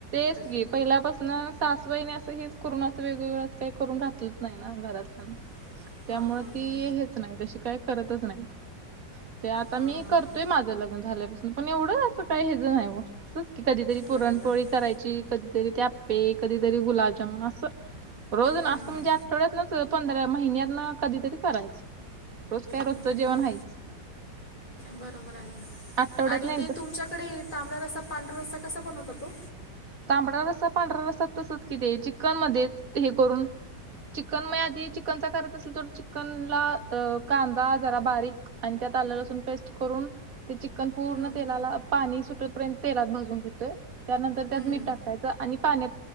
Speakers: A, on the right; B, on the left.
A: तीच
B: तशी
A: की पहिल्यापासून सासुबाईने असं, हेच करून वेगवेगळं काही करून घातलच नाही. ना घरात..
B: <inaudible>
A: त्यामुळे ती
B: हां
A: हेच नाय तशी काही करतच नाही. ते आता
B: हां
A: मी करतोय. माझं लग्न झाल्यापासून पण, एवढं असं काही हेजं नाही. ओ असं. की कधीतरी पुरणपोळी
B: बरोबर आहे
A: करायची, कधीतरी आप्पे, कधीतरी गुलाबजामुन असं. रोज
B: हम्म,
A: ना असं म्हणजे
B: हम्म.
A: आठवड्यातनंच पंधरा महिन्यातनं कधीतरी करायचं. रोज काय? रोजचं
B: हम्म,
A: जेवण आहेच.
B: बरोबर आहे
A: आठवड्यात
B: आणि
A: ना एकदा
B: ते तुमच्याकडे तांबडा रस्ता, पांढरा रस्ता कसा बनवता ओ?
A: तांबडा रस्सा पांढरा रस्सा तसंच की ते चिकनमध्ये हे करून चिकन मे आधी चिकनचा करत असेल तर, चिकनला कांदा जरा बारीक आणि त्यात आलं, लसण पेस्ट करून. ते चिकन पूर्ण
B: हम्म,
A: तेलाला, पाणी सुटतर्यंत तेलात भाजून घेतोय. त्यानंतर. त्यात
B: हम्म.
A: मीठ टाकायच. आणि पाण्यात